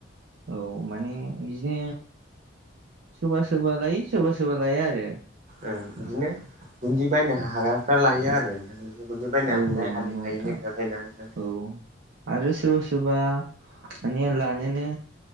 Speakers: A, on the right; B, on the right.
A: औ माने बिदिनो सोरबा सोरबा लायो सोरबा सोरबा लाया आरो
B: ओं बिदिनो गुन्दै बायनो हाग्राफ्रा लायो आरो गुन्दै बायनो
A: औ
B: हानाय
A: औ
B: हानि
A: नंगौ
B: हायैनि
A: नोंथां
B: खोथा थायोना नोंथां
A: औ आरो सोरबा सोरबा माने लानोनो